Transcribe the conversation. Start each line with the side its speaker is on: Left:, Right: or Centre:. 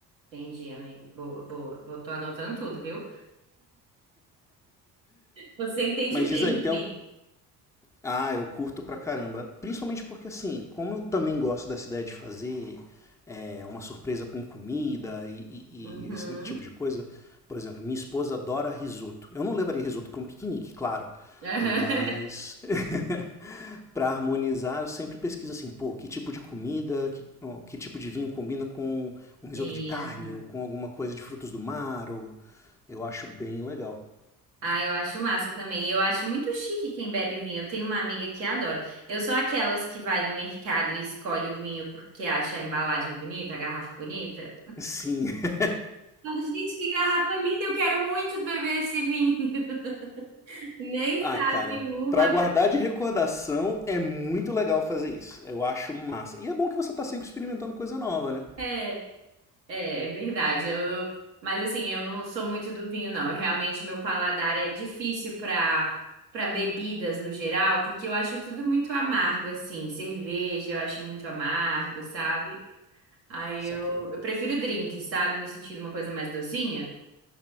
Right: entendi, amigo. Boa, boa. Vou, tô anotando tudo, viu? Você entende
Centre: Mas
Right: bem
Centre: diz aí,
Right: de
Centre: tem,
Right: vinho.
Centre: Ah, eu curto pra caramba. Principalmente porque, assim, como eu também gosto dessa ideia de fazer é, uma surpresa com comida e, e-
Right: Uhum.
Centre: e esse tipo de coisa, por exemplo, minha esposa adora risoto. Eu não levaria risoto para um piquenique, claro,
Right: <laughs>
Centre: mas <laughs> para harmonizar eu sempre pesquiso assim, pô, que tipo de comida, que, ó, que tipo de vinho combina com um risoto
Right: Sim.
Centre: de carne
Right: é.
Centre: ou com alguma coisa de frutos do mar, ou... eu acho bem legal.
Right: Ah, eu acho massa também. Eu acho muito chique quem bebe vinho. Eu tenho uma amiga que adora. Eu sou aquelas que vai no mercado e escolhe o vinho porque acha a embalagem bonita, a garrafa bonita.
Centre: Sim. <laughs>
Right: Falo, gente, que garrafa linda! Eu quero muito beber esse vinho. <laughs> Nem
Centre: Ah,
Right: sabe
Centre: cara,
Right: uva.
Centre: pra guardar de recordação é muito legal fazer isso. Eu acho massa. E é bom que você tá sempre experimentando coisa nova, né?
Right: É, é, é verdade. Eu não- mas assim, eu não sou muito do vinho, não. Eu, realmente, meu paladar é difícil para para bebidas no geral, porque eu acho tudo muito amargo, assim. Cerveja, eu acho muito amargo, sabe? Aí
Centre: Saquei.
Right: eu, eu prefiro drinks sabe? No sentido uma coisa mais docinha.